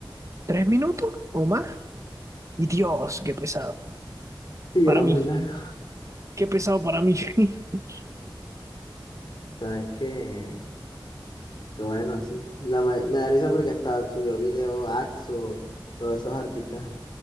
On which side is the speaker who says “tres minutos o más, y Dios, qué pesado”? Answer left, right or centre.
Right